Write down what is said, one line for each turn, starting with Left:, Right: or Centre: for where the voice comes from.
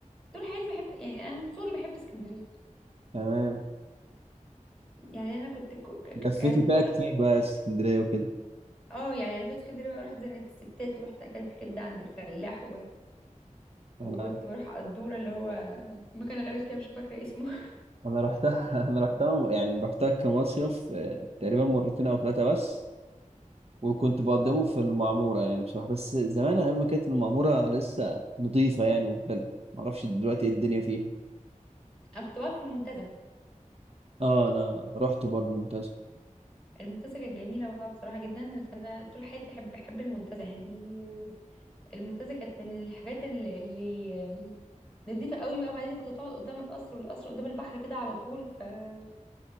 Centre: طول حياتي بحب يعني انا من صغري بحب اسكندريه
Right: تمام
Centre: يعني انا كنت ك- ك-
Right: لفيتي
Centre: كانت
Right: فيها
Centre: كل
Right: كتير
Centre: ف-
Right: بقى اسكندرية وكده
Centre: اه يعني انا في اسكندريه بقى رحت زنقه الستات ورحت اكلت كبده عند الفلاح
Right: انا
Centre: وكنت بروح على الدورة اللي هو مكان غريب كده مش فاكرة اسمه
Right: انا رحتها <laughs> انا رحتها
Centre: <laughs>
Right: يعني رحتها كمصيف آه، تقريبا مرتين او ثلاثة بس وكنت بقدمه في المعمورة يعني بصراحة بس زمان أيام ما كانت المعمورة لسه نظيفة يعني وحلوة معرفش دلوقتي ايه الدنيا فيها
Centre: انا كنت بقعد في المنتزه
Right: اه انا رحت برضه ممتاز
Centre: المنتزه كانت جميله بقى بصراحه جدا فانا طول حياتي احب احب المنتزه يعني المنتزه كانت من الحاجات اللي, اللي نضيفه قوي بقى بعدين كنت تقعد قدام القصر والقصر قدام البحر كده على طول فكنت